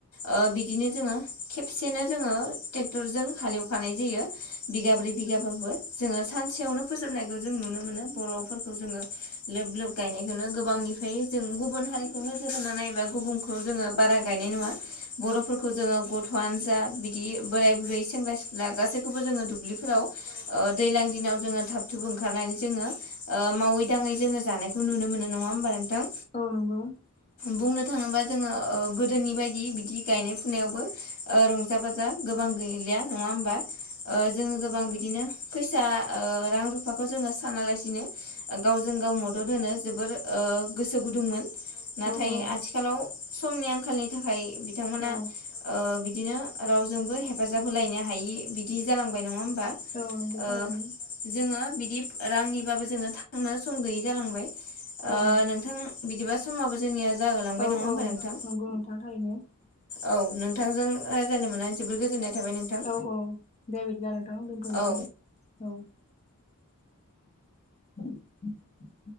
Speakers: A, on the left (about 90°); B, on the left (about 30°).
A: ओ बिदिनो जोङो खेबसेनो जोङो ट्रेक्टरजों हाले एवखानाय जायो। बिगाब्रै बिगाबाबो जोङो सानसेयावनो फोजोबनायखौ जों नुनो मोनो बर' फोरखौ जोङो लोब लोब गायनायखौनो गोबांनिफ्राय जों गुबुन हारिखौ नोजोर होनानै नायोबा गुबुन खौ जोङो बारा गायनाय नुवा बर'फोरखौ जोङो गथ' वानो जा बिदि बोराय-बुरै सेंग्रा-सिख्ला गासैखौबो जोङो दुब्लिफोराव ओ दैज्लां दिनाव जोङो थाब-थुब ओंखारनानै जोङो ओ मावै-दाङै जोङो जानाय खौ नुनो मोनो नङा होमबा नोंथां।
B: औ नंगौ।
A: बुंनो थाङोबा जोङो ओ गोदोनि बायदि बिदि गायनाय फुनायावबो ओ रंजा बाजा गोबां गैलिया नङा होमबा ओ जोङो गोबां बिदिनो फैसा ओ रां-रुफाखौ जोङो सानालासिनो ओ गावजों गाव मदद होनो जोबोर ओ गोसो गुदुंमोन नाथाय
B: औ औ
A: आथिखालाव समनि आं आंखालनि थाखाय बिथांमोना
B: औ
A: ओ बिदिनो रावजोंबो हेफाजाब होलायनो हायि बिदि जालांबाय नङा होमबा।
B: औ नंगौ
A: ओ
B: थारैनो।
A: जोङो बिदि रांनिबाबो जोङो थांनो सम गैयै जालांबाय ओ
B: औ
A: नोंथां बिदिबा समाबो जोंनिया जाहोलांबाय
B: औ
A: नङा होमबा
B: औ
A: नोंथां
B: नंगौ नोंथां थारैनो।
A: औ नोंथांजों रायज्लायनो मोनना जोबोद गोजोननाय थाबाय नोंथां
B: औ औ दे बिदिब्ला नोंथां दोनथ'नोसै
A: औ
B: औ। <inaudible>